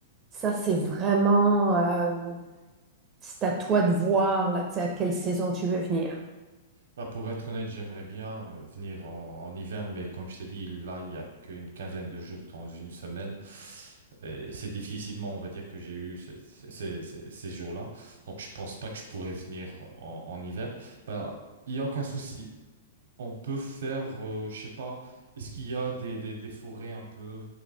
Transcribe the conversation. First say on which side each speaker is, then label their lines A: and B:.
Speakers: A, on the right; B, on the right.
A: ça, c'est vraiment, euh, c'est à toi de voir, là, tu sais, à quelle saison tu veux venir.
B: Bah, pour être honnête, j'aimerais bien euh, venir en, en hiver, mais comme je t'ai dit, là, il y a qu'une quinzaine de jours dans une semaine. Et c'est difficilement, on va dire, que j'ai eu ce- ce- ces, ces- ces jours-là. Donc, je pense pas que je pourrais venir en, en hiver. Bah, il y a aucun souci on peut faire, euh, je sais pas, est-ce qu'il y a des, des, des forêts un peu,